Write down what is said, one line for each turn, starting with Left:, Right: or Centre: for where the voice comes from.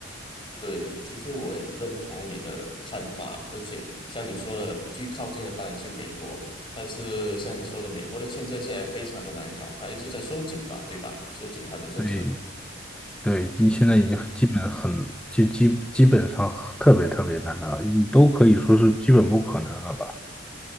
Left: 对，其实我也认同你的看法，而且像你说的，最靠近的当然去美国，但是像你说的，美国的签证现在非常的难搞，它一直在收紧吧，对吧？收紧它的政策，
Centre: 对对，你现在已经基本很基基基本上特别特别难了，
Left: 嗯，
Centre: 你都可以说是基本不可能了吧？